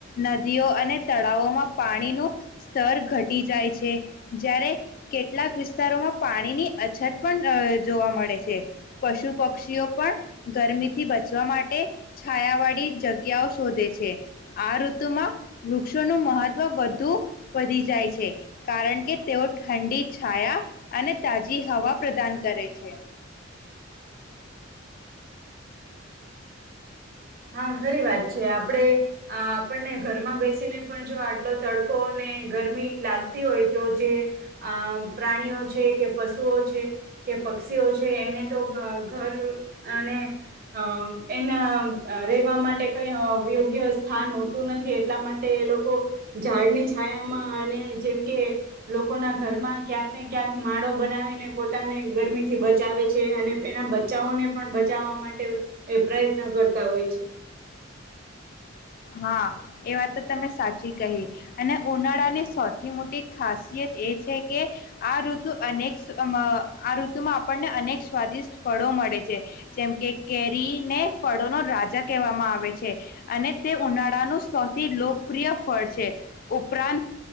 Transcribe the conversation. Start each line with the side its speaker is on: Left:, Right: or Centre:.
Left: નદીઓ અને તળાવોમાં પાણીનું સ્તર ઘટી જાય છે જ્યારે કેટલાક વિસ્તારોમાં પાણીની અછત. પણ જોવા મળે છે પશુ પક્ષીઓ પણ ગરમીથી બચવા માટે છાયાવાળી જગ્યાઓ શોધે છે આ ઋતુમાં વૃક્ષોનું મહત્વ વધુ વધી જાય છે કારણ કે તેઓ ઠંડી છાયા અને તાજી હવા. પ્રદાન કરે છે.
Right: હા ખરી વાત છે આપણે આપણને ઘરમાં બેસીને પણ જો આટલો તડકોને ગરમી લાગતી હોય તો જે આ પ્રાણીઓ છે કે પશુઓ છે કે પક્ષીઓ છે એને તો ઘર અને અ એના. રહેવા માટે કઈ યોગ્ય સ્થાન હોતું નથી એટલા માટે એ લોકો ઝાડની છાયામાં અને જેમ કે લોકોના ઘરમાં ક્યાંક ને ક્યાંક માળો બનાવીને પોતાને ગરમી થી બચાવે છે અને એના બચાઓને પણ બચાવવા માટે પ્રયત્ન કરતા. તા હોય છે.
Left: હા એ વાત તો તમે સાચી કહી અને ઉનાળાની સૌથી મોટી ખાસિયત એ છે કે આઋતુ. નેક્. વસ્તુમાં આપણને અનેક સ્વાદિષ્ટ ફળો મળે છે જેમ કે કેરીને ફળોનો રાજા કહેવામાં આવે છે અને. તે ઉનાળાનું સૌથી લોકપ્રિય ફળ છે ઉપરાંત